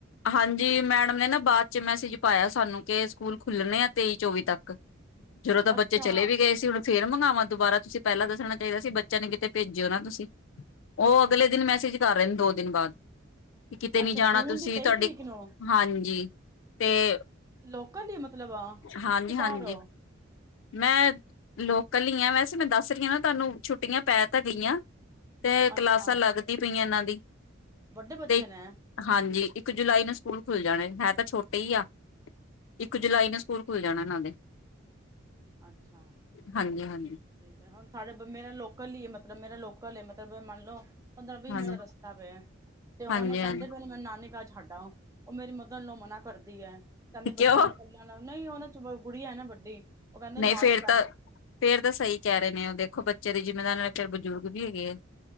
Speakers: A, on the left; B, on the right.
A: ਹਾਂਜੀ ਮੈਡਮ ਨੇ ਨਾ ਬਾਅਦ ਚ ਮੈਸੇਜ ਪਾਇਆ ਸਾਨੂੰ ਕੇ, ਸਕੂਲ ਖੁੱਲਣੇ ਆ ਤੇਈ ਚੌਵੀ ਤੱਕ। ਜਦੋਂ ਤਾਂ
B: ਅੱਛਾ
A: ਬੱਚੇ ਚਲੇ ਵੀ ਗਏ ਸੀ, ਹਨ ਫੇਰ ਮੰਗਵਾ ਦੁਬਾਰਾ ਤੁਸੀਂ ਪਹਿਲਾਂ ਦੱਸਣਾ ਚਾਹੀਦਾ ਸੀ, ਬੱਚਿਆਂ ਨੂੰ ਕਿਤੇ ਭੇਜਿਓ ਨਾ ਤੁਸੀਂ, ਉਹ ਅਗਲੇ ਦਿਨ ਮੈਸੇਜ ਕਰ ਰਹੇ ਨੇ ਦੋ ਦਿਨ ਬਾਅਦ ਕੇ ਕਿਤੇ
B: ਅੱਛਾ
A: ਨੀ ਜਾਣਾ,
B: ਜੂਨ
A: ਤੁਸੀਂ
B: ਦੀ ਤੇਈ
A: ਤੁਹਾਡੀ
B: ਤਰੀਕ ਨੂੰ
A: ਹਾਂਜੀ ਤੇ
B: ਲੋਕਲ ਹੀ ਮਤਲਬ ਕਿ
A: ਹਾਂਜੀ
B: ਕਿਤੇ ਬਾਹਰ
A: ਹਾਂਜੀ,
B: ਹੋ
A: ਮੈਂ ਲੋਕ ਕੱਲੀ ਆਂ, ਵੈਸੇ ਮੈਂ ਦੱਸ ਰਹੀ ਐ ਨਾ, ਤੁਹਾਨੂੰ ਛੁੱਟੀਆਂ ਪੈ ਤਾਂ ਗਈਆਂ ਤੇ
B: ਅੱਛਾ
A: ਕਲਾਸਾਂ ਲੱਗਦੀ ਪਈਆਂ ਇਹਨਾਂ ਦੀ <unintelligible>
B: ਵੱਡੇ ਬੱਚੇ
A: ਤੇ
B: ਨੇ
A: ਹਾਂਜੀ, ਇੱਕ ਜੁਲਾਈ ਨੂੰ ਸ ਕੂਲ ਖੁੱਲ ਜਾਣੇ, ਹੈ ਤਾਂ ਛੋਟੇ ਹੀ ਆ ਇੱਕ ਜੁਲਾਈ ਨੂੰ ਸਕੂਲ ਖੁੱਲ ਜਾਣਾ ਇਹਨਾਂ ਦੇ
B: ਅੱਛਾ
A: ਹਾਂਜੀ-ਹਾਂਜੀ।
B: ਠੀਕ ਠੀਕ ਹੈ, ਹੁਣ ਸਾਡਾ ਮੇਰਾ ਲੋਕਲ ਹੀ ਮਤਲਬ ਮੇਰਾ ਲੋਕਲ ਮਲ ਮੰਨ ਲੋ ਪੰਦਰਾਂ ਵੀਹ
A: ਹਾਂਜੀ
B: ਮਿੰਟ
A: ਹਾਂਜੀ
B: ਦਾ ਰਸਤਾ ਪਿਆ, ਤੇ ਹੁਣ
A: ਹਾਂਜੀ-ਹਾਂਜੀ
B: ਇਹ ਕਹਿੰਦੇ ਵੀ ਮੈਂ ਨਾਨੀ ਘਰ ਛੱਡ ਆਓ ਉਹ, ਮੇਰੀ ਮਦਰ ਇਨਲੋ ਮਨਾ ਕਰਦੀ ਐ। ਕਹਿੰਦੇ ਬੱਚਿਆਂ
A: ਕਿਉਂ
B: ਨੂੰ ਪਹਿਲਾ ਨਾਲ ਨਹੀਂ ਉਹਨਾਂ ਚ ਗੁੜੀਆ ਹੈ ਨਾ ਵੱਡੀ ਉਹ ਕਹਿੰਦੇ ਇਹਨੂੰ
A: ਨਹੀਂ
B: ਆਦਤ
A: ਫੇਰ
B: ਪੈ
A: ਤਾਂ
B: ਜਾਏਗੀ
A: ਫੇਰ ਤਾਂ ਸਹੀ ਕਹਿ ਰਹੇ ਨੇ, ਉਹ ਦੇਖੋ ਬੱ ਜ਼ਿੰਮੇਦਾਰ ਨਾਲ ਚ ਬਜ਼ੁਰਗ ਵੀ ਹੈਗੇ ਆ।